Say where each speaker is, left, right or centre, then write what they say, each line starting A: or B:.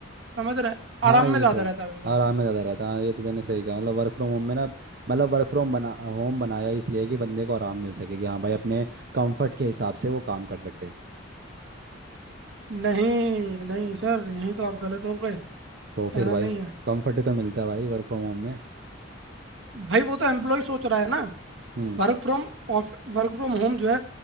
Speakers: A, on the right; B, on the right.
A: समझ रहे
B: हाँ
A: आराम
B: ये
A: में ज़्यादा
B: तो
A: रहता
B: है
A: है बंदा
B: आराम में ज़्यादा रहता है हाँ ये तो तूने सही कहा मतलब वर्क फ्रॉम होम में ना मतलब वर्क फ्रॉम बना होम बनाया इसलिए कि बंदे को आराम मिल सके कि हाँ भाई अपने कंफर्ट के हिसाब से वो काम कर सके
A: नहीं नहीं सर यहीं तो आप गलत हो गए ऐसा
B: तो फिर भाई
A: नहीं है
B: कंफर्ट तो मिलता है भाई वर्क फ्रॉम होम में
A: भाई वो तो एम्प्लॉय सोच रहा है ना
B: हम्म
A: Work from ऑफ work from home जो है